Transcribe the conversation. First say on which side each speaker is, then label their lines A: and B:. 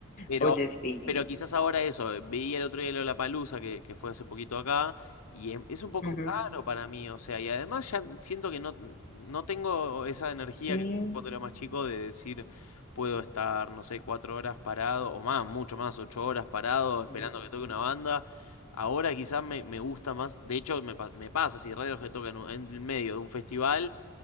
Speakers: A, on the left (about 80°); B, on the left (about 35°).
A: Pero,
B: Oye, sí.
A: pero quizás ahora eso, veía el otro día La Palusa que, que fue hace poquito acá, y em- es un poco
B: ujú,
A: caro para mí, o sea, y además ya n- siento que no, no tengo esa energía
B: Sí.
A: que tenía cuando era más chico de decir, puedo estar, no sé, cuatro horas parado, o más, mucho más, ocho horas parado, esperando
B: sí.
A: que toque una banda. Ahora quizás me, me gusta más, de hecho me, pa- me pasa, si radios que tocan en el medio de un festival,